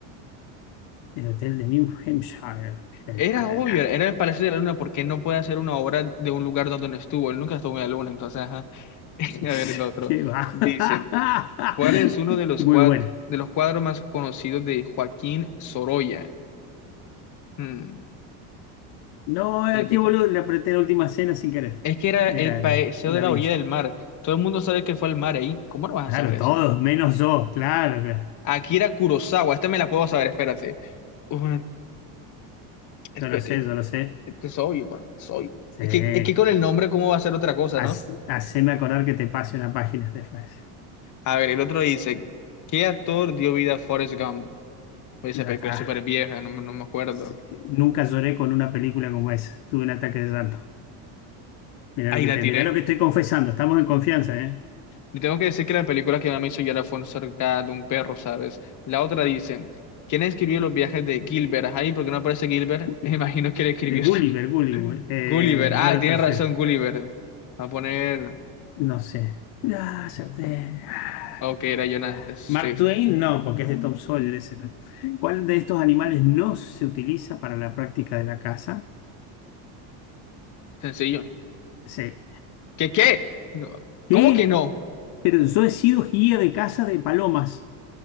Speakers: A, on the left (about 55°); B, on the left (about 40°).
A: El hotel de New Hampshire, el
B: Era
A: Paraná.
B: obvio, era el Palacio de la Luna, porque no puede hacer una obra de un lugar donde no estuvo. Él nunca estuvo en la Luna, entonces, ajá. <laughs>
A: <laughs>
B: A ver, el otro.
A: Qué va.
B: Dicen,
A: <laughs>
B: ¿cuál es uno de los,
A: Muy
B: cuad-
A: buena.
B: de los cuadros más conocidos de Joaquín Sorolla? Hmm,
A: No, aquí
B: y repito,
A: boludo, le apreté la última cena sin querer.
B: Es que era
A: Era
B: el Paseo
A: Da
B: de la
A: Vinci.
B: Orilla del Mar. Todo el mundo sabe que fue el mar ahí. ¿Cómo no vas
A: Claro,
B: a saber eso?
A: todos, menos yo, claro, claro.
B: Akira Kurosawa, esta me la puedo saber, espérate. Uh, espérate,
A: Yo lo sé,
B: este
A: yo lo sé.
B: es es obvio, pa, es obvio.
A: Sí.
B: Es que, es que con el nombre, ¿cómo va a ser otra cosa,
A: Haz-
B: no?
A: Haceme acordar que te pase una página después.
B: A ver, el otro dice, ¿qué actor dio vida a Forrest Gump? Oye, esa
A: Ya
B: película
A: está.
B: es súper vieja, no, me no me acuerdo.
A: Sí, Nunca lloré con una película como esa. Tuve un ataque de llanto. Mirá
B: Ahí
A: lo que
B: la
A: te,
B: tiré.
A: mirá lo que estoy confesando. Estamos en confianza, ¿eh?
B: Le tengo que decir que la película que más me hizo llorar fue cerca de un perro, ¿sabes? La otra dice, ¿quién escribió los viajes de Gilbert? Ahí, ¿por qué no aparece Gilbert?
A: De,
B: <laughs> Imagino que le escribió
A: de Gulliver,
B: su-
A: Gulliver.
B: <laughs>
A: Eh,
B: Gulliver. Ah,
A: Jonathan
B: tiene razón,
A: Swift.
B: Gulliver. Va a poner.
A: No sé. Ah, acerté. Ah.
B: Ok, era Jonathan Swift.
A: Mark Twain, no, porque es de Tom Sawyer ese. ¿Cuál de estos animales no se utiliza para la práctica de la caza?
B: Sencillo.
A: Sí.
B: ¿Qué qué? No,
A: ¿Qué?
B: ¿Cómo que no?
A: Pero yo he sido guía de caza de palomas.